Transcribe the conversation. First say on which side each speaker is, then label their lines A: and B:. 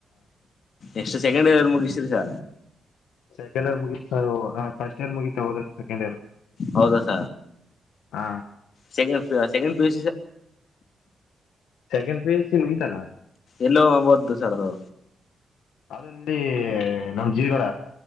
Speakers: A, on the left; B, on the left.
A: ಎಷ್ಟು ಸೆಕೆಂಡ್ ಏಲ್ಲಿ ಮುಗಿಸತರಿ ಸ
B: ಸೆಂಡ್ ಮುಗಫಸ್ಟ್ ಇಯರ್ ಮುಗಿತಾ ಹೋದ ಸೆಕಂಡ್ ಇರ್
A: ಹೌದಸ
B: ಹಾ
A: ಚಗ ಸೆಕಂಡ್ ಪ
B: ಸೆಕೆಂಡ್ ಪ್ರೇಜ ಸಿ ಮುಗಿತಾ
A: ಎಲ್ಲೋಬದ್ದು ಸರ್ದು
B: ಅದಲ್ಲಿ ನಮ್ ಜೀವಿಗಳ